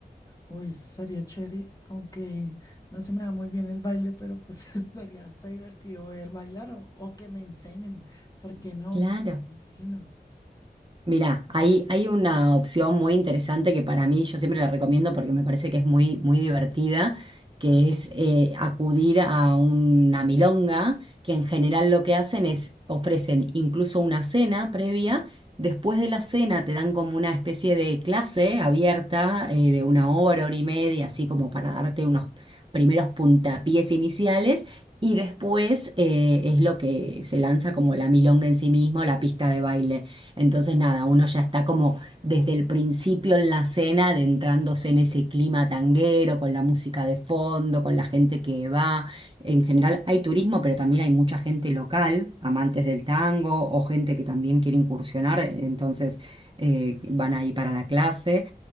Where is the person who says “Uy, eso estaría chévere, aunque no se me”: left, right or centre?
Left